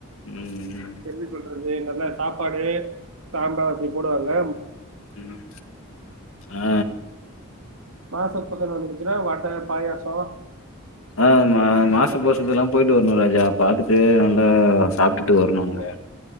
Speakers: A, on the left; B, on the right.
A: ம்,
B: கேள்வி பட்டுருக். அது நல்லா சாப். ப்பாடு சாம்பார். டி போடுவால.
A: ம் ஆ.
B: மாச பூசோன் வந்துருச்சுன்னா வட பாயாசோ.
A: ஆமா மாச <unintelligible> எல்லா போயிட்டு வரணு ராஜா. பாத்துட்டு அந்த. சாப்டுட்டு
B: அஹ்
A: வரணுங்க.